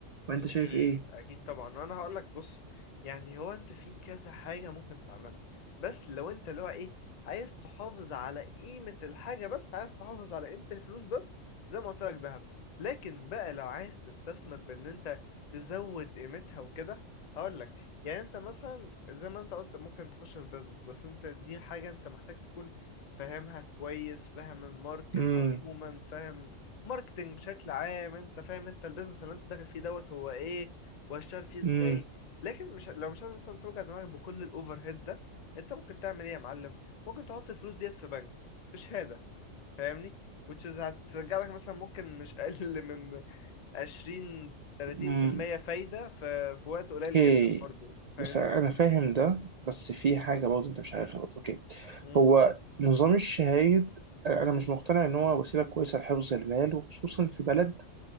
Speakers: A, on the right (about 80°); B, on the left (about 40°).
A: وانت
B: اكيد
A: شايف ايه
B: اكيد طبعا وانا هقول لك بص يعني هو انت في كذا حاجه ممكن تعملها بس لو انت اللي هو ايه عايز تحافظ على قيمه الحاجه بس عايز تحافظ على قيمه الفلوس بس زي ما قلت لك ذهب لكن بقى لو عايز تستثمر بان انت تزود قيمتها وكده هقول لك يعني انت مثلا زي ما انت قلت ممكن تخش في بيزنس بس انت دي حاجه انت محتاج تكون فاهمها كويس فاهم الماركت
A: امم
B: عموما فاهم ماركتينج بشكل عام انت فاهم انت البيزنس اللي انت داخل فيه دوت هو ايه وهشتغل فيه ازاي
A: امم
B: لكن مش لو مش عايز مثلا توجع دماغك بكل الاوفر هيد ده انت ممكن تعمل ايه يا معلم ممكن تحط الفلوس ديت في بنك في شهادة فاهمني which is هترجع لك مثلا ممكن مش اقل من 20 30%
A: امم
B: فايدة في في وقت قليل
A: اوكي
B: جدا برضو فاهمني
A: بس انا فاهم ده بس في حاجه برضه انت مش عارفها برضه. اوكي
B: مم.
A: هو نظام الشهايد انا
B: مم.
A: مش مقتنع ان هو وسيله كويسه لحفظ المال وخصوصا في بلد